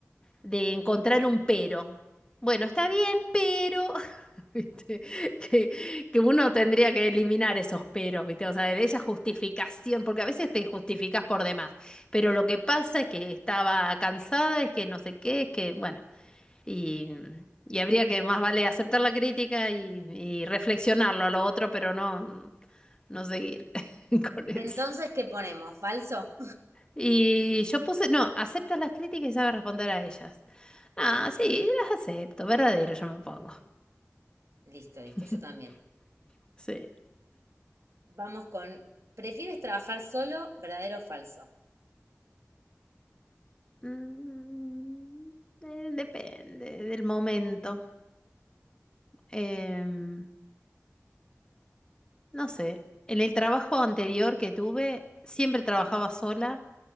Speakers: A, on the left (about 15°); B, on the right (about 65°).
A: de encontrar un pero. Bueno, está bien, pero... <laughs> ¿Viste? Que, que uno tendría que eliminar esos peros, ¿viste? O sea, de esa justificación, porque a veces te justificas por demás, pero lo que pasa es que estaba cansada, es que no sé qué, es que, bueno. Y, y habría que más vale aceptar la crítica y, y reflexionarlo a lo otro, pero no, no seguir <laughs> con eso.
B: Entonces, ¿qué ponemos? ¿Falso?
A: Y yo puse, no, aceptas las críticas y sabes responder a ellas. Ah, sí, las acepto, verdadero yo me pongo.
B: Listo,
A: <laughs>
B: listo, yo también.
A: Sí.
B: Vamos con, ¿prefieres trabajar solo, verdadero o falso?
A: Mm, eh, depende del momento. Em, no sé, en el trabajo anterior que tuve, siempre trabajaba sola